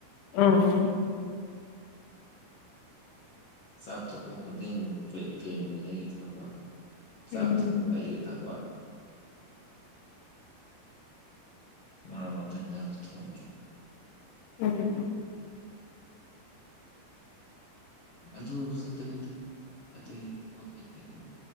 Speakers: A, on the left; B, on the left.
A: ꯎꯝ ꯎꯝ
B: ꯆꯥꯛ ꯇꯣꯛꯄ ꯈꯨꯗꯤꯡ ꯄ꯭ꯂꯦꯠ ꯐꯦꯡꯕꯗꯤ ꯑꯩꯒꯤ ꯊꯕꯛ ꯆꯥꯛ
A: ꯎꯝ
B: ꯊꯣꯡꯕ ꯑꯩꯒꯤ ꯊꯕꯛ ꯃꯔꯛ ꯃꯔꯛꯇ ꯌꯦꯡꯁꯥꯡꯁꯨ ꯊꯣꯡꯏ
A: ꯎꯝ
B: ꯑꯗꯨ ꯈꯛꯇꯅꯤꯗ ꯑꯇꯩ ꯊꯕꯛ ꯂꯩꯇꯦ ꯑꯗꯨꯝ